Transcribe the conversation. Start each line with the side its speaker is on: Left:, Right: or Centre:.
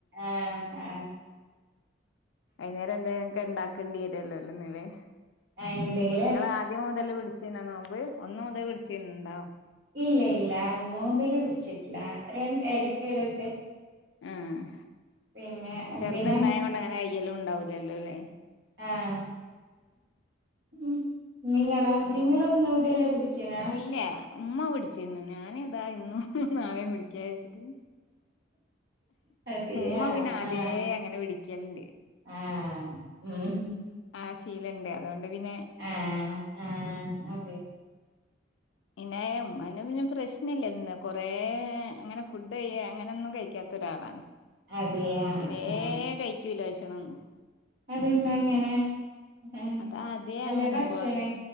Right: ആഹ് ആഹ്
Left: വൈന്നേരെന്തേലക്കെ ഇണ്ടാക്കേണ്ട്യെരൊല്ലോ <unintelligible>
Right: ആഹ് <unintelligible>
Left: ഇങ്ങളാദ്യം മുതൽ വിടിച്ചീന്നാ നോമ്പ് ഒന്നു മുതൽ വിടിച്ചീണ്ടോ?
Right: ഇല്ല ഇല്ല ഒന്ന് മുതല് വിടിച്ചിട്ല രൺ എടെക്കെടട്ട്
Left: ആഹ്
Right: പിന്നെ
Left: ചെർതിണ്ടായങ്ങൊണ്ടങ്ങനെ
Right: പിന്നെ എനിക്ക്
Left: അയ്യലുണ്ടാവുലല്ലോ ലേ
Right: ആഹ് ഉം നിങ്ങളാ
Left: ഉം
Right: നിങ്ങളൊന്ന് മുതലേ പിട്ച്ചിനാ
Left: ഇല്ല ഉമ്മ പിട്ച്ചിനി ഞാന് താ ഇന്നും നാളെം പിടിക്ക്യാ വെച്ചിട്ട്
Right: അതെ
Left: ഉമ്മ
Right: ആഹ്
Left: പിന്നെ ആദ്യേ
Right: ആഹ്
Left: അങ്ങനെ വിടിക്കൽണ്ട്
Right: ആഹ് ഉം
Left: ആ ശീലണ്ട് അതോണ്ട് പിന്നെ
Right: ആഹ് ആഹ് അതെ
Left: ഇന്നെ ഉമ്മാ പിന്നെ പ്രശ്നില്ല ഇന്ന് കൊറേ അങ്ങനെ ഫുഡ്ഡയ്യ അങ്ങനൊന്നും കൈക്കാത്തൊരാളാണ്
Right: അതെയ
Left: തിരേ
Right: ആഹ്
Left: കൈക്കൂല വഷണൊന്നു
Right: അതെന്താ അങ്ങനെ ആഹ്
Left: അതാദ്യേ
Right: അല്ലെ
Left: അങ്ങനെ
Right: ഭക്ഷണെ
Left: കൊ